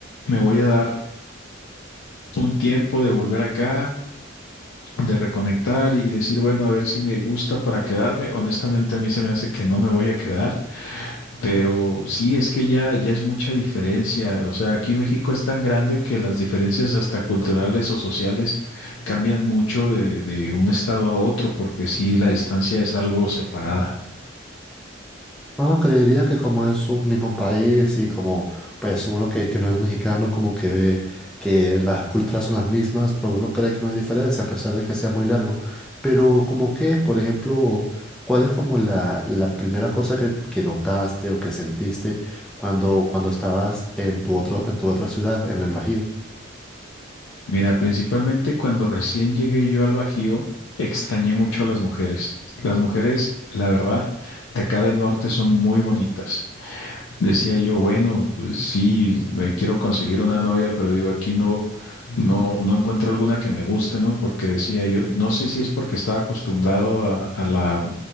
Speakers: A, on the left; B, in the centre.
A: me voy a dar un tiempo de volver acá, de reconectar y decir, bueno, a ver si me gusta para quedarme. Honestamente, a mí se me hace que no me voy a quedar, Pero sí, es que ya, ya es mucha diferencia. O sea, aquí México es tan grande que las diferencias hasta culturales o sociales cambian mucho de, de un estado a otro, porque sí, la distancia es algo separada.
B: No, creería que como es un mismo país y como pues uno que, que no es mexicano, como que ve que las culturas son las mismas, pues uno cree que no hay diferencia a pesar de que sea muy largo. Pero como que, por ejemplo, ¿cuál es como la, la primera cosa que, que notaste o que sentiste cuando, cuando estabas en tu otro, en tu otra ciudad, en el Bajío?
A: Mira, principalmente cuando recién llegué yo al Bajío, extrañé mucho a las mujeres. Las mujeres, la verdad, de acá del norte son muy bonitas. Decía yo, bueno, pues sí, me quiero conseguir una novia, pero digo, aquí no, no, no encuentro alguna que me guste, ¿no? Porque decía yo, no sé si es porque estaba acostumbrado a, a la,